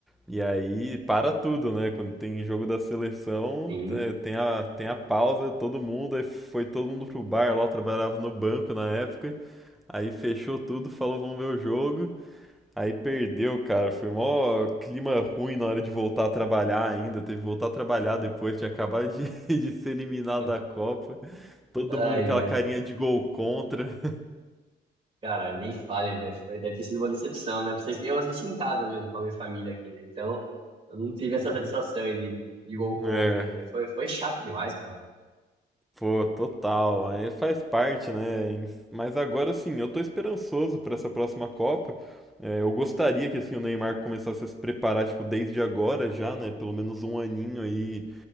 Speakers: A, in the centre; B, on the right (about 25°).
A: e aí para tudo, né? Quando tem jogo da seleção,
B: sim.
A: é, tem a tem a pausa, todo mundo, aí foi todo mundo pro bar lá, eu trabalhava no banco na época. Aí fechou tudo, falou vamos ver o jogo. Aí perdeu, cara. Foi mó clima ruim na hora de voltar a trabalhar ainda. Teve que voltar a trabalhar depois, tinha acabado de, <laughs> de ser eliminado
B: <laughs>
A: da Copa. Todo
B: Ai,
A: mundo com aquela
B: ai.
A: carinha de gol contra. <laughs>
B: Cara, nem fale, velho. Foi, deve ter sido uma decepção, né? Pra vocês- Eu assisti em casa mesmo com a minha família aqui, né? Então, eu não tive essa sensação aí de, de gol contra
A: É,
B: aí, mas foi, foi chato demais, cara.
A: pô, total. Aí faz parte, né? Em- Mas agora sim, eu tô esperançoso pra essa próxima Copa. É, eu gostaria que assim o Neymar começasse a se preparar, tipo, desde agora já, né? Pelo menos um aninho aí